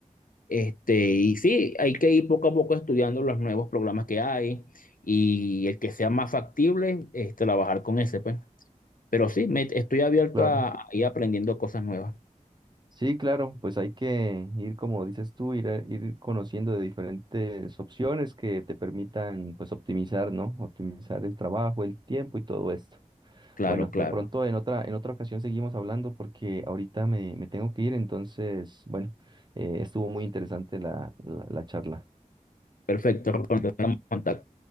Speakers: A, on the left; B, on the right.
A: Este, y sí, hay que ir poco a poco estudiando los nuevos programas que hay y el que sea más factible, es trabajar con ese, pues. Pero sí, me, estoy abierto
B: Claro.
A: a ir aprendiendo cosas nuevas.
B: Sí, claro, pues hay que ir, como dices tú, ir, a- ir conociendo de diferentes opciones que te permitan, pues, optimizar, ¿no? Optimizar el trabajo, el tiempo y todo esto.
A: Claro,
B: Bueno,
A: claro.
B: de pronto en otra, en otra ocasión seguimos hablando porque ahorita me, me tengo que ir, entonces, bueno, eh, estuvo muy interesante la, la la charla.
A: Perfecto, Rolando, estamos en contacto.